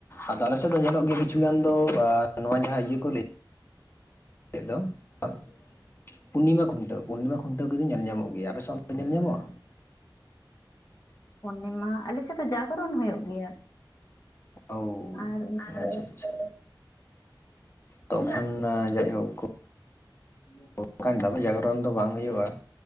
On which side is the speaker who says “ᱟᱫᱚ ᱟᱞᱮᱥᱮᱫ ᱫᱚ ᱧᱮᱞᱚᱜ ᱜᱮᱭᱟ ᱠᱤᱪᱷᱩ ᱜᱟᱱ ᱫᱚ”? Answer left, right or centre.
Left